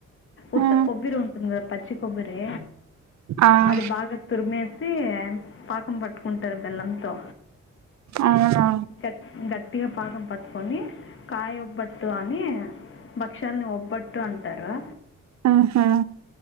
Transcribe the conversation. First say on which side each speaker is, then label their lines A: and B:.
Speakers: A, on the left; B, on the right.
A: ఉత్త
B: ఆ
A: కొబ్బరి ఉంటుంది కదా పచ్చి కొబ్బరి
B: ఆ
A: అది బాగా తురిమేసి పాకం పట్టుకుంటారు బెల్లంతో
B: అవునా
A: గ గట్టిగా పాకం పట్టుకొని కాయోబట్టు అని భక్షాలని ఒబ్బట్టు అంటారు
B: ఆహా